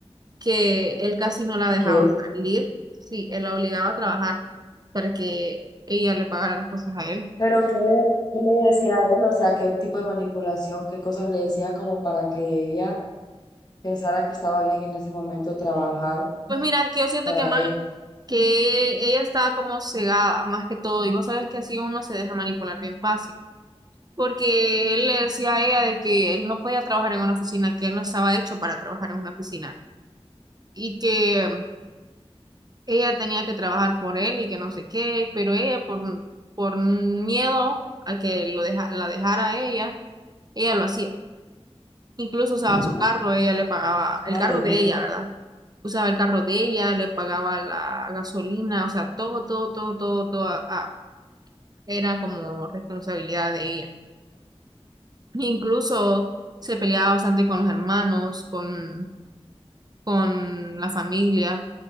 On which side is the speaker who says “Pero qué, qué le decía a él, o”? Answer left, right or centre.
Left